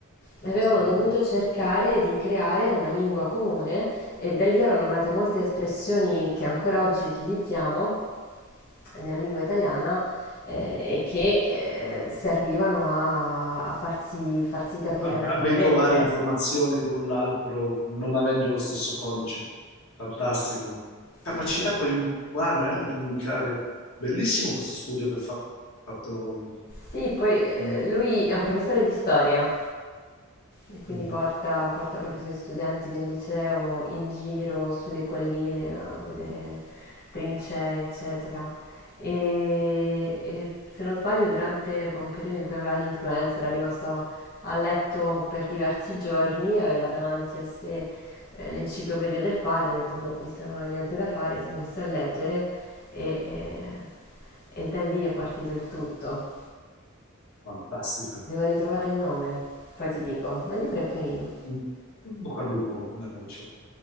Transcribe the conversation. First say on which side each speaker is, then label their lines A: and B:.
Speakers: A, on the left (about 45°); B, on the left (about 75°).
A: Avevano
B: si capiva.
A: dovuto cercare di creare una lingua comune e da lì erano nate molte espressioni che ancora oggi utilizziamo nella lingua italiana eh, e che eh, servivano a, a farsi, farsi capire
B: A,
A: rapidamente.
B: a veicolare informazioni l'un l'altro, non avendo lo stesso codice. Fantastico. Capacità
A: Eh,
B: poi umana, eh, di comunicare. Bellissimo questo studio che ha fatto.
A: sì, poi eh,
B: Mm,
A: lui è un professore di storia, E quindi
B: mhm,
A: porta porta proprio i suoi studenti del liceo in giro sulle colline a vedere trincee, eccetera. Ehm, e se non sbaglio durante un periodo in cui aveva l'influenza, era rimasto a letto per diversi giorni, aveva davanti a sé, ehm, l'enciclopedia del padre, ha detto: "Boh, visto che non ha niente da fare" si è messo a leggere e ehm, e da lì è partito il tutto.
B: Fantastico.
A: Devo ritrovare il nome, poi ti dico, ma il libro è carino.
B: Un un bocca al lupo nella ricerca.